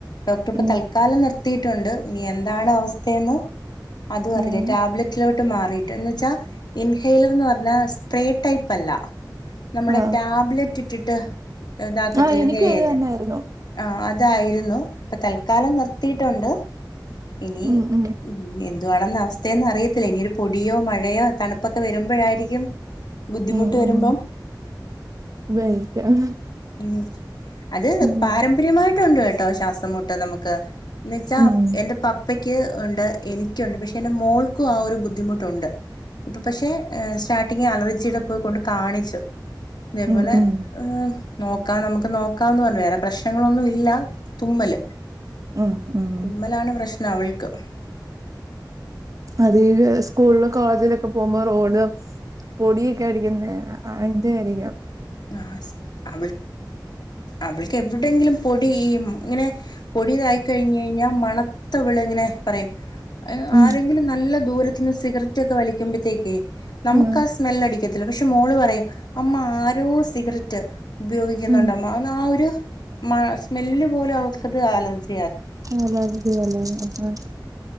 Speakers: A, on the left; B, on the right.
A: ഡോക്ടർ ഇപ്പം
B: ഉം
A: തത് കാലം നിർത്തിയിട്ടുണ്ട് ഇനി എന്താണ് അവസ്ഥയന്ന് അത അറില്ല
B: ഉം
A: ടാബ്ലറ്റ് ലോട്ട് മാറിട്ട് എന്ന് വെച്ചാ ഇൻഹെലർ എന്ന് പറഞ്ഞാ സ്പ്രേ ടൈപ്പല്ല നമ്മുടെ
B: ആഹ്
A: ടാബ്ലെറ്റ് ഇട്ടിട്ട് ഇതാക്കത്തില്ലെ
B: ആഹ്
A: ഇൻഹൈൽ
B: എനിക്കും
A: ചെയ്യത്തില്ലേ
B: അത് തന്നെയായിരുന്നു
A: ആഹ് അതായിരുന്നു ഇപ്പൊ തൽക്കാലം നിർത്തിയിട്ടുണ്ട് ഇനി
B: ഉം ഉം
A: ഉ എന്തുവാണെന്നവസ്ഥെയന്ന് അറിയത്തില്ല ഇനിയൊരു പൊടിയോ മഴയോ തണുപ്പൊക്കെ വരുമ്പോഴായിരിക്കും ബുദ്ധിമുട്ട്
B: ഉം
A: വരുമ്പം
B: ഉം ഉപയോഗിക്കാം
A: ഉമ് അത്
B: ഉം
A: പാരമ്പര്യമായിട്ടുണ്ട് കേട്ടോ ശാസ് മുട്ട് നമുക്ക് എന്ന് വെച്ചാ
B: ഉം
A: എന്റെ പപ് അപ്പക്ക് ഉണ്ട് എനിക്കുണ്ട് പക്ഷെ എന്റെ മോൾക്കും ആ ഒരു ബുദ്ധിമുട്ടുണ്ട് പക്ഷെ സ്റ്റാർട്ടിങി അലർജിയുടെ പോയി ക്കൊണ്ട് കാണിച്ചു ഇതേപോലെ
B: ഉം ഉം ഉം
A: ഈ നോക്കാം നമുക്ക് നോക്കാം ന്ന് പറഞ്ഞു വേറെ പ്രശ്നങ്ങളൊന്നും ഇല്ല തുമ്മല്
B: ഉം ഉം
A: തുമ്മലാണ് പ്രശ്നം അവൾക്ക്
B: അതേഴ് വയസ് സ്കൂളിൽ കോളേജിലൊക്കെ പോകുമ്പോ റോഡ് പൊടിയൊക്കെ അടിക്കുന്ന അയിന്റെ ആരിക്കാം
A: ആ അവൾ അവൾക്ക് എവിടെയങ്കിലും പൊടി ഇങ്ങനെ പൊടിയായി കഴിഞ്ഞാൽ മണത്ത വിള ഇങ്ങനെ പറയും
B: ഉം
A: ആരെങ്കിലും നല്ല ദൂര സിഗരറ്റ് ഒക്കെ വലിക്കുമ്പോഴത്തേക് നമുക്ക്
B: ഉം
A: ആ സ്മെല്ല് അടിക്കത്തില്ല പക്ഷെ മോള് പറയും അമ്മാ ആരാ രോ സിഗരറ്റ് ഉപയോഗിക്കുന്നുണ്ട
B: ഉം
A: മ്മാ ന്നാ ആ ഒരു മ സ്മെല്ല് പോലും അവർക്കത് അലർചിയാ.
B: അല്ലർജി പോലെ ആഹ്